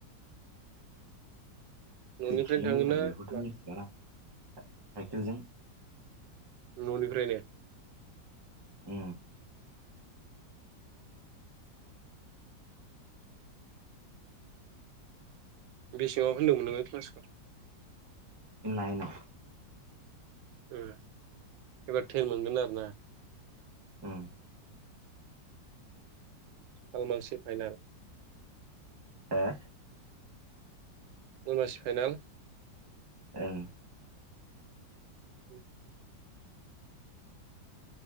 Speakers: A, on the right; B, on the right.
A: न'निफ्रायनो
B: <unintelligible> किल'मिटार
A: थाङोना
B: बेखौथ'
A: मा
B: मिथिला नालाय साइकेलजों
A: न'निफ्रायनो
B: उ
A: बेसेङाव होनदोंमोन नोङो क्लासखौ
B: ननायाइनो
A: एबार टेन मोनगोन आरो ना
B: उम
A: कलमानसे फाइनाल
B: हो?
A: खयमासि फाइनाल
B: ओं
A: औ